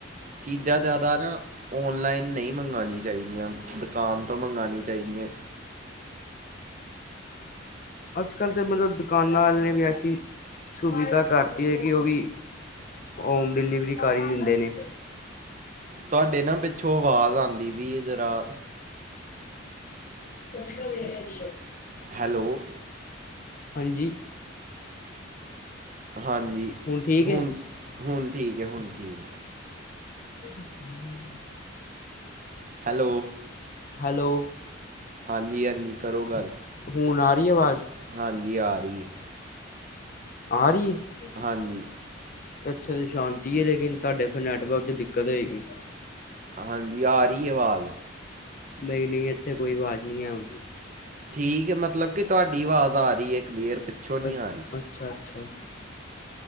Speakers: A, on the right; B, on the left.
A: ਚੀਜ਼ਾਂ ਜ਼ਿਆਦਾ ਨਾ ਔਨਲਾਈਨ ਨਹੀਂ ਮੰਗਉਣੀ ਚਾਹੀਦੀਆਂ ਦੁਕਾਨ ਤੋਂ ਮੰਗਉਣੀ ਚਾਹੀਦੀਆਂ
B: ਅੱਜ ਕੱਲ ਤਾਂ ਮਤਲੱਬ ਦੁਕਾਨਾਂ ਵਾਲ ਨੇ ਵੀ ਐਸੀ ਸੁਵਿੱਧਾ ਕਰਤੀ ਹੈ ਕਿ ਉਹ ਵੀ ਹੋਮ ਡਿਲੀਵਰੀ ਕਰ ਹੀ ਦਿੰਦੇ ਨੇ
A: ਤੁਹਾਡੇ ਨਾ ਪਿੱਛੋਂ ਆਵਾਜ਼ ਆਉਂਦੀ ਵੀ ਜਰਾ
B: ਉੱਠ ਕੇ ਵੇਖ ਆ
A: ਹੈਲੋ
B: ਹਾਂਜੀ
A: ਹਾਂਜੀ
B: ਠੀਕ
A: ਹੁਣ
B: ਹੈ
A: ਹੁਣ ਠੀਕ ਹੈ ਹੁਣ ਠੀਕ ਹੈ
B: ਹਮ
A: ਹੈਲੋ
B: ਹੈਲੋ
A: ਹਾਂਜੀ ਹਾਂਜੀ ਕਰੋ ਗੱਲ
B: ਹੁਣ ਆ ਰਹੀ ਆਵਾਜ਼
A: ਹਾਂਜੀ ਆ ਰਹੀ ਹੈ
B: ਆ ਰਹੀ <unintelligible> ਇੱਥੇ
A: ਹਾਂਜੀ
B: ਤਾਂ ਸ਼ਾਂਤੀ ਹੈ ਲੇਕਿਨ ਤੁਹਾਡੇ ਫਿਰ ਨੈਟਵਰਕ ਚ ਦਿੱਕਤ ਹੋਏਗੀ
A: ਹਾਂਜੀ ਆ ਰਹੀ ਆਵਾਜ਼
B: ਨਹੀਂ ਨਹੀਂ ਇੱਥੇ ਕੋਈ ਆਵਾਜ਼ ਨਹੀਂ ਹੈ ਹੁਣ
A: ਠੀਕ ਹੈ ਮਤਲਬ ਕਿ ਤੁਹਾਡੀ ਆਵਾਜ਼ ਆ ਰਹੀ ਹੈ ਕਲੀਅਰ ਪਿੱਛੋਂ ਨਹੀਂ
B: ਅੱ
A: ਆ ਰਹੀ
B: ਅੱਛਾ ਅੱਛਾ <unintelligible>